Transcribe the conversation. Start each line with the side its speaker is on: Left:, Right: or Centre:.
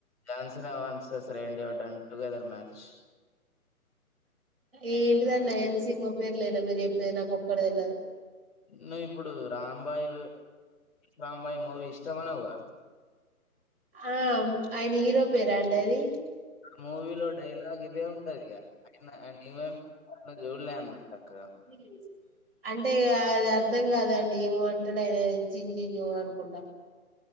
Left: ాన్సినన్సస్ రెండిటండ్ టుగెదర్ మ్యాచ్స్
Right: ఏంటిదండి ఆయన సినిమా పేరు లేనా మీరు చెప్పేది నాకు ఒక్కడ తెళ్లదు
Left: నువ్వు ఇప్పుడు రాంబాయి రాంబాయి మూవీ ఇస్తామన్నా వు గ
Right: ఆ ఆయన హీరో పేరా అండి అది
Left: ఆ మూవీలో డైలాగ్ ఇదే ఉంటది ఆయన న్్వేం ను చూడలే అన్నట్టుక్క
Right: ఇ అంటే అది అర్ధం కాదండి ఏమో అంటలే అ చిం చిజ అనుకుంటా